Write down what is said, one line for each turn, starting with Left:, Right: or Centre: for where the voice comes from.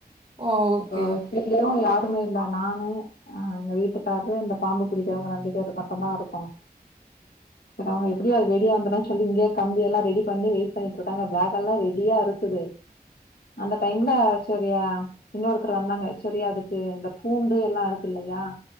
Right: ஓ! ஓகே,
Left: இப்ப
Right: ஓகே.
Left: விட்டுலியு யாருமே இல்ல நானு அ எங்க வீட்டு கார்ரு இந்த பாம்பு புடிக்கவங்க ரெண்டு பேருக்கு மட்டுதா இருக்கோ செரு அவுங்க எப்டியு ரெடிந்ததுன்னா சொல்லி இங்கேயே கம்பி எல்லா ரெடி பண்ணி வெயிட் பண்ணிட்டு இருக்காங்க பேக்கக் எல்லா ரெடியா இருக்குது அந்த டைம்ல செரியா இன்னொருத்தரு வந்தாங்க செரியா அதுக்கு இந்த பூண்டு எல்லாருக்கு இல்லையா